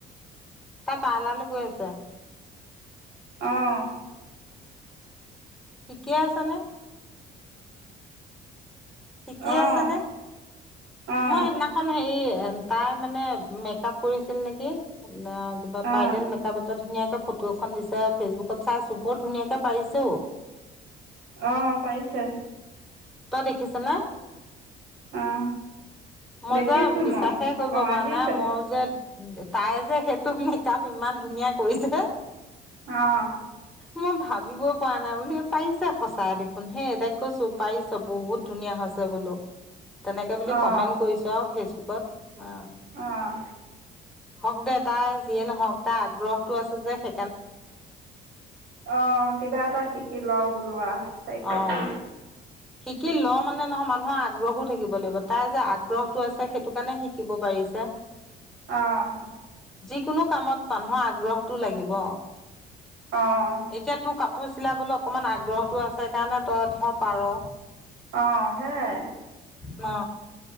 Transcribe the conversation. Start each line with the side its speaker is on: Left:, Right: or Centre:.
Centre: তাৰ পাৰ্লাৰ লে গৈ আছে
Right: অঁ
Centre: ঠিকেই আছে নে শিকি
Right: অঁ
Centre: আছা নে?
Right: অঁ
Centre: মই সিদিনা খন হেৰি তাই মানে মেকআপ কৰিছিল নেকি অ কিবা
Right: অঁ
Centre: ব্ৰাইডেল মেকআপত এটা ধুনীয়াকে ফটো এখন দিছে ফেচবুকত চাইছো বৰ ধুনীয়াকে পাৰিছেও।
Right: অ' পাৰিছে।
Centre: তই দেখিছা নে?
Right: অঁ
Centre: মই
Right: দেখিছোঁ
Centre: যে বিশ্বাসে
Right: মই
Centre: কৰিব
Right: অঁ
Centre: পৰা
Right: আহিছে
Centre: নাই মই যে তাই যে সেইটো মেকআপ ইমান ধুনীয়া কৰিছে।
Right: অ'।
Centre: মই ভাবিব পৰা নাই বুলি পাৰিছে সঁচাই দেখোন হেই তাইক কৈছো পাৰিছো বহুত ধুনীয়া হৈছে বোলো। তেনেকে বুলি
Right: অঁ
Centre: কমেণ্ট কৰিছোঁ আৰু ফেচবুকত।
Right: অঁ
Centre: হওক দে তাই যিয়ে নহওক তাই আগ্ৰহটো আছে যে সে
Right: অ' কিবা এটা শিকি ল বোলো আৰু তাইক কৈছে।
Centre: অ', শিকি লৈ মানে নহয় মানুহৰ আগ্ৰহো থাকিব লাগিব তাই যে আগ্ৰহটো আছে সেইটো কাৰণে শিকিব পাৰিছে।
Right: অ'।
Centre: যিকোনো কামত মানুহৰ আগ্ৰহটো লাগিব।
Right: অ'।
Centre: এতিয়া তোৰ কাপোৰ চিলাবলৈ অকণমান আগ্ৰহটো আছে সেইকাৰণে তই ধৰ পাৰ।
Right: অ' সেইয়ে।
Centre: ন